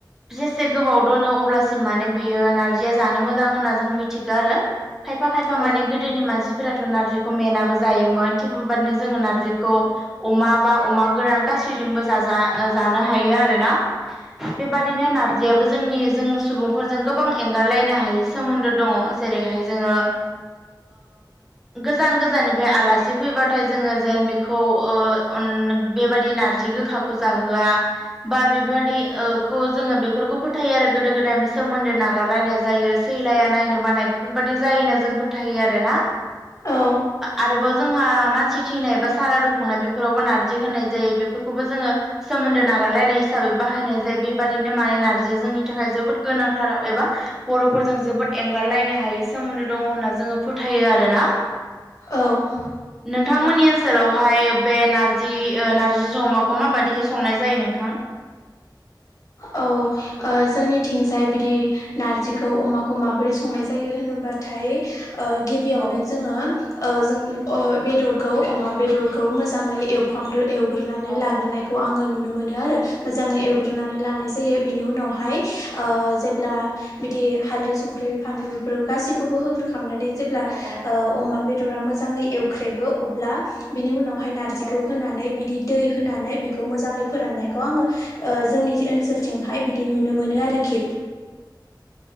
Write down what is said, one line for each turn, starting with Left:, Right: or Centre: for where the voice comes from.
Centre: जेसे गोबाव दोनो‌। अब्लासिम माने बेयो नारजिया जानो मोजां होनना जों मिथिगो आरो खायफा खायफा
Left: औ
Centre: माने गोदोनि मानसि फोराथ' नारजिखौ मेनाबो जायोमोन थिग बेबायदिनो जोङो नारजिखौ अमा बा अमा गोरान गासै। गासैजोंबो जाजा जानो हायो आरोना। बेबादिनो नारजियाबो जोंनि जों सुबुंफोरजों गोबां एंगारलायनो हाय सोमोनदो दङ जेरैहाय जोङो गोजान गोजाननिफ्राय आलासि फैबाथाय जोङो जेन बेखौ ओ बेबायदि नारजि गोखाखौ जाहोआ। बा बेबायदिखौ जोङो बेफोरखौ फोथायो आरो गोदो गोदायनि सोमोनदो नागारलायनाय जायो। नायनो बानाय बेफोरबायदि जायो होनना जों फोथायो आरोना
Left: औ
Centre: आरोबाव। जोंहा मानसि थैनाय बा सारादु खुंनाय बेफोरावबो नारजि होनाय जायो बेफोरखौबो जोङो सोमोनदो ना नागारलायनाय हिसाबै बाहायनाय जायो बेबादिनो माने नारजिया जोंनि थाखाय जोबोद गोनांथार एबा बर' फोरजों जोबोद एंगारलायनो हायै सोमोनदो दङ होनना जोङो फोथायो आरो ना।
Left: औ औ
Centre: नोंथांमोननि ओनसोलावहाय बे नारजि नारजि जों अमाखौ माबायदिहै संनाय जायो नोंथां।
Left: औ जोंनिथिंजाय बिदि नारजिखौ अमाखौ माबोरै संनाय जायो होनो। होनबाथाय ओ गिबियावनो
Centre: औ
Left: जोङो ओ जों बेदरखौ अमा बेदरखौ मोजाङै एवफामग्रो एवग्रोनानै
Centre: औ
Left: लाग्रोनायखौ
Centre: औ
Left: आङो नुनो मोनो आरो। मोजाङै एवग्रोनानै लानाय जायो बिनि उनावहाय जेब्ला बिदि हालदै संख्रि। बे फानलु बेफोरखौ गासैखौबो होग्रोखांनानै जेब्ला
Centre: औ औ
Left: अमा बेदरा मोजाङै एवख्रेबो अब्ला बिनि उनाव। बेहाय नारजिखौ
Centre: औ
Left: होनानै बिदि दै होनानै बेखौ मोजाङै फोराननायखौ आङो। जोंनि ओनसोलथिंहाय बिदि नुनो मोनो आरोखि।